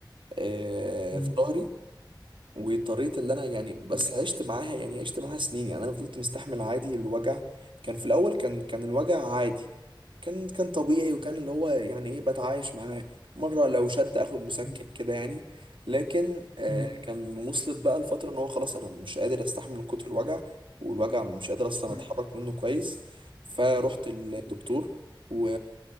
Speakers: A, on the right; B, on the left.
A: آه،
B: مم.
A: في ظهري وطريقة اللي انا يعني بس
B: مم.
A: عشت معاها يعني عشت معاها سنين يعني انا فضلت مستحمل عادي الوجع كان في الاول كان كان الوجع عادي كان كان طبيعي وكان اللي هو يعني ايه بتعايش معاه مرة لو شد اخد مسكن
B: مم.
A: كده يعني لكن آه
B: مم.
A: كان وصلت بقى الفترة ان هو خلاص انا مش قادر استحمل من كتر الوجع والوجع مش قادر اصلا
B: مم.
A: اتحرك منه كويس فرحت الدكتور و...